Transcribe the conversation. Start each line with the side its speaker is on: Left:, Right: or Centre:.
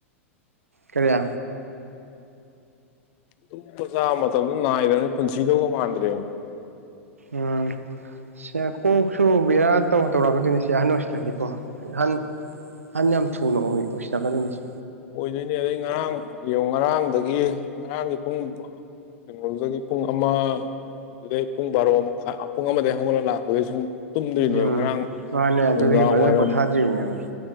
Right: ꯀꯔꯤ
Left: ꯇꯨꯝꯕ ꯆꯥ ꯃꯇꯝꯖ ꯅꯥꯏꯗ꯭ꯔꯃꯤ ꯄꯨꯟꯁꯤꯗꯧꯕ ꯃꯥꯟꯗ꯭ꯔꯦꯃꯤ
Right: ꯎꯝ ꯁꯤ ꯀꯣꯛꯁꯨ ꯕꯦꯔꯥ ꯇꯧ ꯇꯧꯔꯛꯀꯗꯣꯏꯅꯦ ꯁꯤ ꯑꯍꯟ ꯑꯣꯏꯁ ꯒꯦꯀꯣ ꯏꯍꯟ ꯑꯍꯥꯟ ꯌꯥꯝ ꯊꯨꯅ ꯑꯣꯏ ꯑꯣꯏꯁꯤꯜꯂꯛꯀꯗꯣꯏꯅꯤꯁ
Left: ꯑꯣꯏꯗꯣꯏꯅꯦ ꯑꯩ ꯉꯔꯥꯡ ꯌꯦꯡꯉꯣ ꯉꯔꯥꯡꯗꯒꯤ ꯉꯔꯥꯡꯒꯤ ꯄꯨꯡ ꯕꯥ ꯀꯩꯅꯣꯗꯨꯗꯒꯤ ꯄꯨꯡ ꯑꯃ ꯑꯗꯨꯗꯩ ꯄꯨꯡ ꯕꯥꯔꯣ ꯃꯈꯥꯏ ꯄꯨꯡ ꯑ ꯑꯃꯗꯩ ꯍꯧꯒꯠꯂꯒ ꯂꯥꯛꯄꯗꯩ ꯁꯨꯝ ꯇꯨꯝꯗ꯭ꯔꯤꯅꯦꯕ
Right: ꯎꯝ
Left: ꯉꯔꯥꯡ
Right: ꯃꯥꯅꯦ ꯑꯗꯨꯗꯒꯤ
Left: ꯅꯨꯡꯗꯥꯡ
Right: ꯐꯖꯅ
Left: ꯋꯥꯏꯔꯝ
Right: ꯄꯣꯊꯥꯗ꯭ꯔꯤꯕꯅꯦꯕ